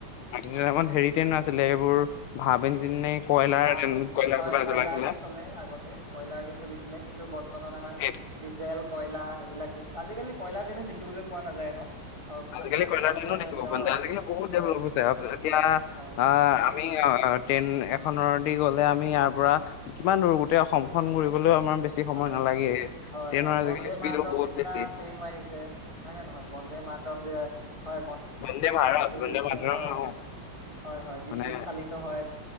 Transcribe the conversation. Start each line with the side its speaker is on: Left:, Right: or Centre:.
Left: টাইমত হেৰি ট্ৰেইন নাছিলে এইবোৰ। ভাব ইঞ্জিন নে। কয়লাৰ
Right: ভাব
Left: ট্ৰেইন-
Right: ইঞ্জিন
Left: কয়লা
Right: হয়।
Left: চলা
Right: কয়লাৰ
Left: জ্বলাই চলাই
Right: দি চলে আগতে কয়লাৰ দি চলিছিলে কিন্তু বৰ্তমান আমাৰ
Left: সেইটো
Right: ডিজেল কয়লাৰ সেইবিলাক। আজিকালি কয়লাৰ ট্ৰেইন দেখিবলৈ পোৱা নাযায় ন। অ
Left: আজিকালি কয়লা
Right: চব
Left: ট্ৰেইনো
Right: ট্ৰেইন
Left: দেখিব
Right: হয়
Left: পোৱা যায় আজিকালি বহুত
Right: হয়
Left: ডেভলপ হৈছে এতিয়া
Right: হয়।
Left: আহ আমি। অ ট্ৰেইন এখনৰ দি গ'লে আমি ইয়াৰ পৰা কিমান দূৰ গোটেই অসমখন ঘূৰিবলৈও আমাৰ। বেছি সময়
Right: হয়,
Left: নালাগে
Right: হয়,
Left: ট্ৰেইনৰ
Right: হয়
Left: আজিকালি
Right: বন্দে
Left: স্পীডো
Right: মাৰতম
Left: বহুত
Right: নিচিনা
Left: বেছি
Right: ট্ৰেইনো আহিছে হয় নে নহয় বন্দে মাতৰম। যে হয়,
Left: বন্দে ভাৰত
Right: এই
Left: বন্দে
Right: বি-
Left: মাতৰম
Right: বি- হয়,
Left: নহয়
Right: হয়, হয়, বিদ্যুৎ
Left: মানে,
Right: চালিত হয়,